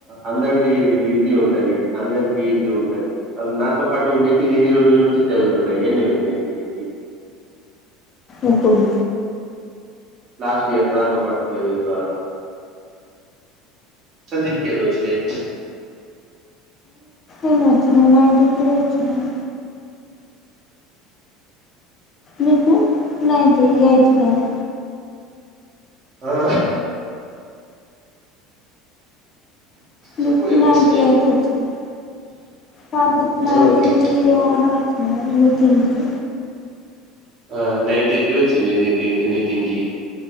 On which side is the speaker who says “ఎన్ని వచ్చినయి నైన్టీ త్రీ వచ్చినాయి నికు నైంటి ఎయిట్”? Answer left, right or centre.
Left